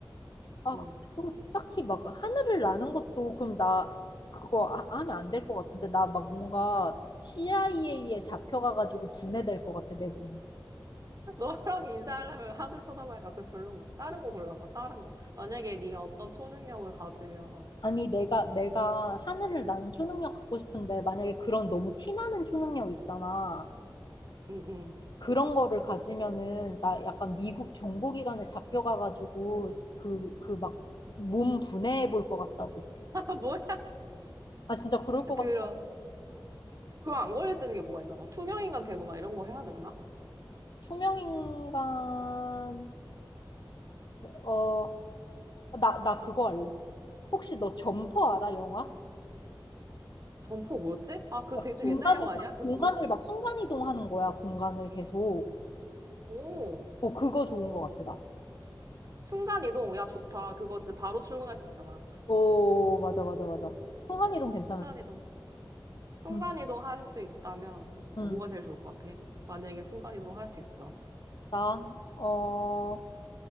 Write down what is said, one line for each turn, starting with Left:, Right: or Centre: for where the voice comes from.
Left: 아,
Right: 응.
Left: 근데 또 딱히 막 하늘을 나는 것도 그럼 나 그거 아- 하면 안 될 것 같은데. 나 막 뭔가 CIA에 잡혀가가지고 분해될 것 같아, 내
Right: <laughs>
Left: 몸.
Right: 너랑 인사하려면 하늘 쳐다봐야, 아, 그 별론 거야. 다른 거 골라봐, 다른 거. 만약에 네가 어떤 초능력을 가지면,
Left: 아니 내가 내가 하늘을 나는 초능력 갖고 싶은데 만약에 그런 너무 티나는 초능력 있잖아.
Right: 응, 응.
Left: 그런 거를 가지면은 나 약간 미국 정보기관에 잡혀가가지고 그, 그 막 몸 분해해 볼 것 같다고.
Right: <laughs> 아, 뭐야?
Left: 아, 진짜 그럴 것 같다.
Right: 그럼, 그거 안 걸릴 수 있는 게 뭐가 있나? 막 투명인간 되고 막 이런 거 해야 되나?
Left: 투명인간은, 어, 나, 나 그거 알래. 혹시 너 점퍼 알아, 영화?
Right: 점포 뭐였지? 아, 그거
Left: 막
Right: 되게 좀
Left: 공간을
Right: 옛날 영화
Left: 막,
Right: 아니야? <laughs> 그
Left: 공간을
Right: 뭐였지?
Left: 막 순간이동하는 거야, 공간을 계속.
Right: 오,
Left: 어, 그거 좋은 것 같아, 나.
Right: 순간이동. 야, 좋다. 그거 진짜 바로 출근할 수 있잖아. <laughs>
Left: 오, 맞아, 맞아, 맞아. 순간이동 괜찮아.
Right: 순간이동. 순간이동
Left: 응,
Right: 할 수 있다면
Left: 응.
Right: 뭐가 제일 좋을 것 같아? 만약에 순간이동 할 수 있어.
Left: 나, 어,